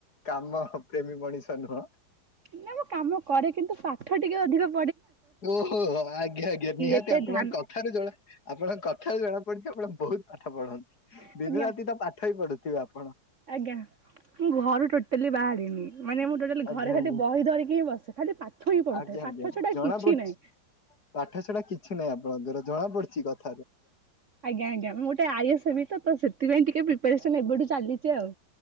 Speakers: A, on the left (about 50°); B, on the right (about 45°).
A: କାମ ପ୍ରେମୀ ମଣିଷ ନୁହଁ?
B: ନା ମୁଁ କାମ କରେ କିନ୍ତୁ ପାଠ ଟିକେ ଅଧିକା
A: ଓହୋହୋ ଆଜ୍ଞା ଆଜ୍ଞା ନିହାତି
B: ଏତେ
A: ଆପଣଙ୍କ
B: ଧ୍ୟାନ
A: କଥାରୁ ଜଣା ଆପଣଙ୍କ କଥାରୁ ଜଣା ପଡିଛି ଆପଣଙ୍କ ବହୁତ ପାଠ ପଢନ୍ତି
B: ଆଜ୍ଞା
A: ଦିନ ରାତି ତ ପାଠ ହି ପଢୁଥ ଆପ
B: ଆଜ୍ଞା ମୁଁ ଘରୁ ଟୋଟାଲି ବାହାରିନି ମାନେ ମୁଁ ଟୋଟାଲି
A: ଆଜ୍ଞା
B: ଘରେ
A: ଆଜ୍ଞା
B: ବହି ଧରିକି ହିଁ ବସେ। ଖାଲି ପାଠ ହିଁ ପଢୁଥାଏ
A: ଆଜ୍ଞା ଆଜ୍ଞା
B: ପାଠ ଛଡା
A: ଜଣା
B: କିଛି
A: ପଡୁଛି
B: ନାହିଁ
A: ପାଠଶଢା କିଛି ନାହିଁ ଆପଣଙ୍କର ଜଣା ପଡୁଛି କଥା।
B: ଆଜ୍ଞା ଆଜ୍ଞା ମୁଁ ଗୋଟେ ଆଇସ ତ ସେଥିପାଇଁ ଟିକେ ପ୍ରିପାରେସନ ଏବେଠୁ ଚାଲିଛି ଆଉ।